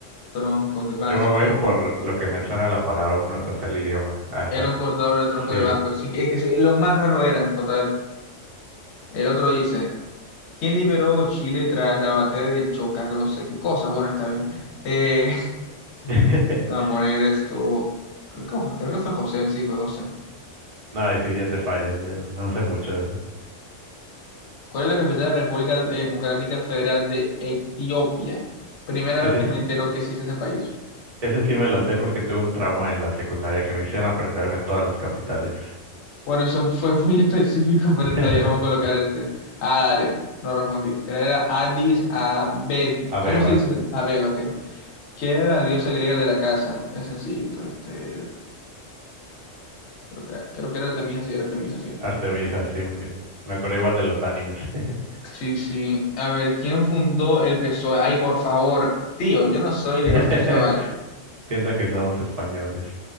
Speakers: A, on the left; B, on the right.
A: troncos de Vasco.
B: Yo me voy a ir por lo que me suena la palabra, uno, o sea, el idioma. Ahí está.
A: Era un cortador de troncos
B: Sí.
A: de Vasco. sí que es- es- lo más raro eran, total. El otro dice, ¿quién liberó Chile tras la batalla de Chocac? No sé qué cosa. Bueno, está bien. Eh, <laughs>
B: <laughs>
A: vamos a poner esto. Creo que creo que fue José, sí, fue José.
B: No, ahí sí, ya te falla. ya No sé mucho de eso.
A: ¿Cuál es la capital de la República Democrática Federal de Etiopía? Primera
B: Ese,
A: vez que
B: es-
A: me entero que existe ese país.
B: ese sí me lo sé porque tuve un trauma en la secundaria que me hicieron aprenderme todas las capitales.
A: Bueno, eso fue muy <laughs> específico, pero
B: <laughs>
A: estaríamos colocar este. Ah, dale, no respondí. Era era Addis Abed.
B: Abeba,
A: ¿Cómo se dice? ese? Abeba, ok. ¿Quién era la diosa griega de la casa? Es sencillito, este. Creo que era, creo que era Artemisa, sí, era Artemisa, sí.
B: Artemisa, sí, muy bien. Me acuerdo igual de los animes. <laughs>
A: Sí, sí. A ver, ¿quién fundó el PSOE? Ay, por favor, tío, yo no soy
B: <laughs>
A: de este chaval.
B: Piensan que somos españoles.